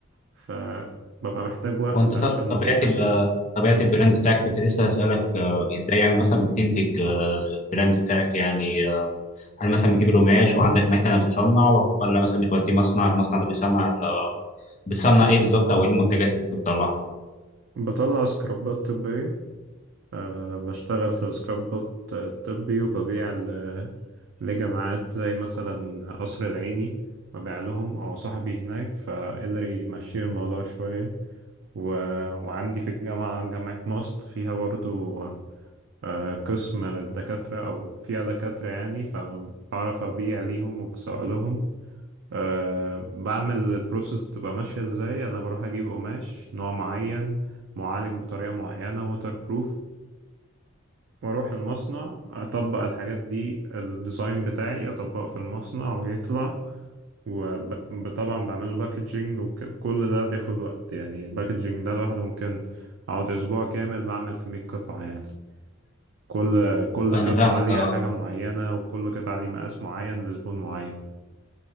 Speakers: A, on the right; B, on the left.
A: فببقى محتاج وقت
B: وانت ط-
A: عشان
B: طبيعه ال طبيعه البراند بتاعك كنت لسه هسألك آه، ازاي يعني مثلا بتنتج آه، البراند بتاعك يعني آه، هل مثلا بتجيب القماش وعندك مكنه بتصنع ولا مثلا بتوديه مصنع المصنع ده بيصنع ال- بتصنع ايه بالظبط او ايه المنتجات اللي انت بتطلعها
A: بطلع سكرابات طبية أه بشتغل في سكراب بوت آه، طبي وببيع ل- لجامعات زي مثلا قصر العيني ببيع لهم أو صاحبي هناك فقدر يمشي الموضوع شوية و... وعندي في الجامعة جامعة ماست فيها برضو أه قسم للدكاترة أو فيها دكاترة يعني فأنا بعرف أبيع ليهم وبسوق لهم أه بعمل البروسيس بتبقى ماشية إزاي أنا بروح أجيب قماش نوع معين معالج بطريقة معينة ووتر بروف واروح المصنع اطبق الحاجات دي الديزاين بتاعي اطبقه في المصنع ويطلع وطبعا بعمله باكجينج وكل ده بياخد وقت يعني الباكجينج ده لوحده ممكن اقعد اسبوع كامل بعمل في 100 قطعة يعني كل كل
B: انا
A: قطعة
B: فاهمك
A: ليها
B: اه
A: حاجة معينة وكل قطعة ليها مقاس معين لزبون معين